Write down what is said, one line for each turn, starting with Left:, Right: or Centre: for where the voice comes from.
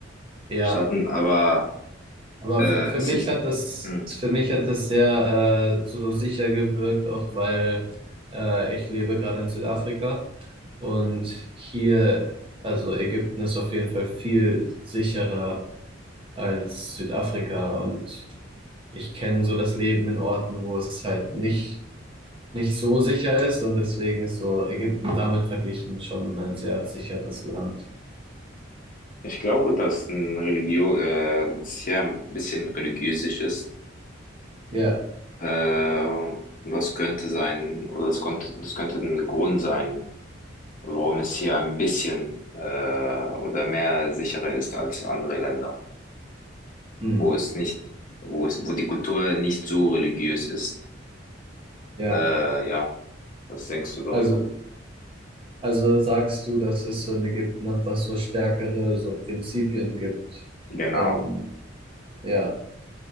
Right: ja.
Left: Staaten, aber
Right: Aber
Left: äh,
Right: für, für
Left: es
Right: mich
Left: ist,
Right: hat das,
Left: hm,
Right: für mich hat das sehr äh, so sicher gewirkt, auch weil äh, ich lebe gerade in Südafrika. Und hier, also Ägypten ist auf jeden Fall viel sicherer als Südafrika. Und ich kenne so das Leben in Orten, wo es halt nicht, nicht so sicher ist. Und deswegen ist so Ägypten damit verglichen schon ein sehr sicheres Land.
Left: Ich glaube, dass ein Religio, äh, es ja ein bisschen religiösisch ist.
Right: Ja,
Left: Äh, und das könnte sein, oder das könnte, das könnte ein Grund sein, warum es hier ein bisschen äh, oder mehr sicherer ist als andere Länder,
Right: hm,
Left: wo es nicht, wo es, wo die Kultur nicht so religiös ist.
Right: ja.
Left: Äh, ja, was denkst du darüber?
Right: Also, also sagst du, dass es so in Ägypten einfach so stärkere so Prinzipien gibt
Left: Genau.
Right: von, ja,